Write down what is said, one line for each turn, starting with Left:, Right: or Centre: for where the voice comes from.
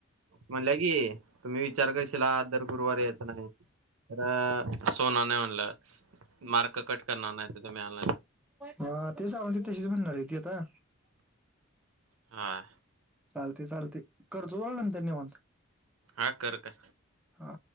Right: म्हणल्या की, तुम्ही विचार क तिला दर गुरुवारी यायचं नाही, तरं अस होणार नाही म्हणलं. मार्क कट करणार नाहीतर तुम्ही आला नाही तर
Centre: हा ते <unintelligible> तशीच म्हणणार आहे ती आता
Right: होय
Centre: चालतयं चालतयं करतो तुला नंतर निवांत
Right: हा कर का
Centre: हा.